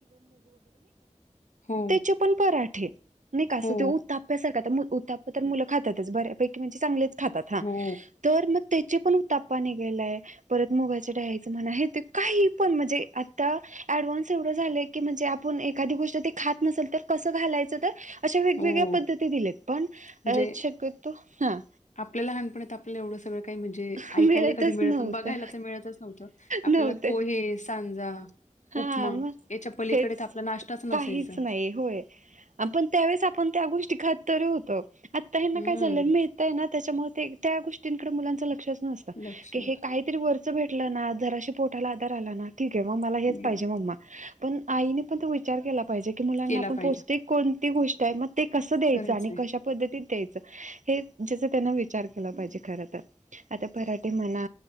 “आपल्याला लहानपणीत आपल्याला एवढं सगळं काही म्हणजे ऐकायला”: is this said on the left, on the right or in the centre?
Left